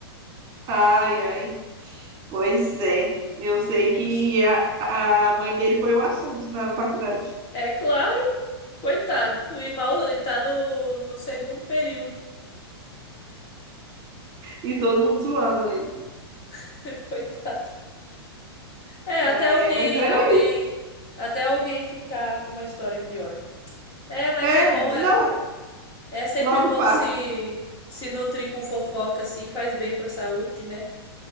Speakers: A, on the right; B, on the left.
A: Ai, ai. Pois é. Eu sei que
B: Nossa.
A: a, a mãe dele foi o assunto na faculdade.
B: É claro, coitado. E mal ele tá no, no segundo período.
A: E todo mundo zoando ele.
B: <laughs> Coitado. É,
A: Ai,
B: até alguém,
A: ai, mas era
B: alguém,
A: isso.
B: até alguém ficar com uma história pior. É, mas
A: É,
B: é bom,
A: não,
B: é, é sempre
A: logo
B: bom
A: passa.
B: se se nutrir com fofoca assim, faz bem pra saúde, né?